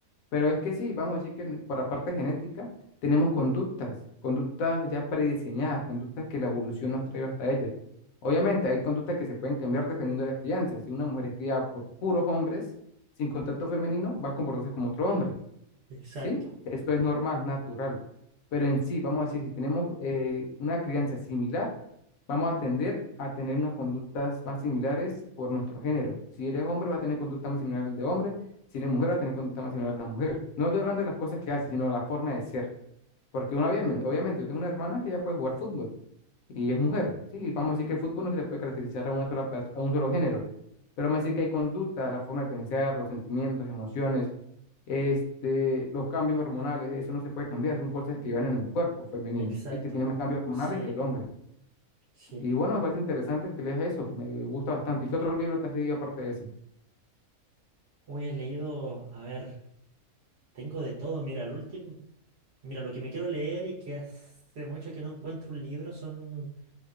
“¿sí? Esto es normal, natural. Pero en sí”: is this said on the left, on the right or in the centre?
Left